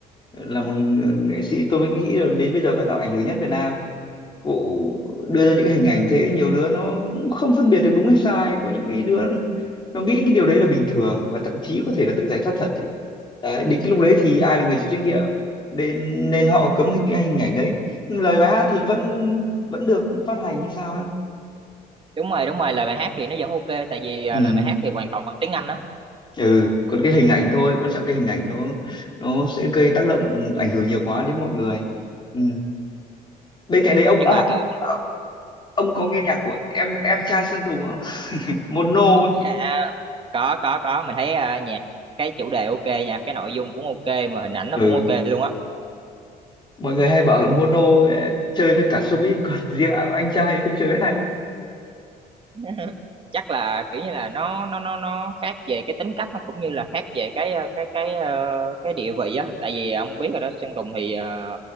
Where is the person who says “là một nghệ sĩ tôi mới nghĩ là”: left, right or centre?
Left